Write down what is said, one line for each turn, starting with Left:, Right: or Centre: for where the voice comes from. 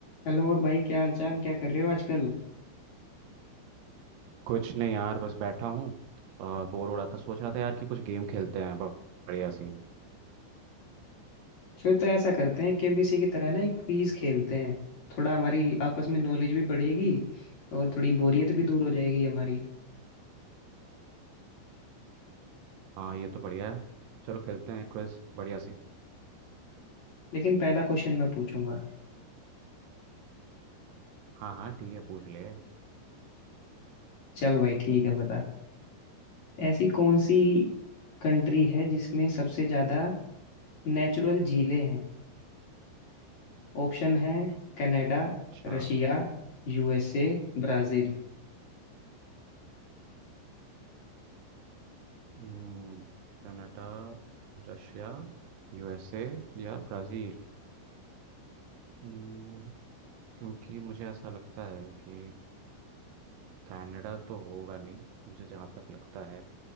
Left: Hello और भाई क्या हालचाल क्या कर रहे हो आजकल
Right: कुछ नहीं यार बस बैठा हूँ बोर हो रहा था सोच रहा था यार कि कुछ गेम खेलते हैं ब- बढ़िया सी
Left: फिर तो ऐसा करते हैं केबीसी की तरह ना एक क्विज खेलते हैं थोड़ा हमारी आपस में नॉलेज भी बढ़ेगी और थोड़ी बोरियत भी दूर हो जाएगी हमारी
Right: हाँ ये तो बढ़िया है चलो खेलते हैं क्विज बढ़िया सी
Left: लेकिन पहला क्वेश्चन मैं पूछूंगा
Right: हाँ हाँ ठीक है पूछ ले
Left: चल भाई ठीक है बता ऐसी कौन सी कंट्री है जिसमें सबसे ज्यादा नेचुरल झीलें हैं ऑप्शन है Canada
Right: अच्छा
Left: Russia USA Brazil
Right: हम्म, कनाडा रशिया यूएसए या ब्राज़ील हम्म, क्योंकि मुझे ऐसा लगता है कि कनाडा तो होगा नहीं मुझे जहाँ तक लगता है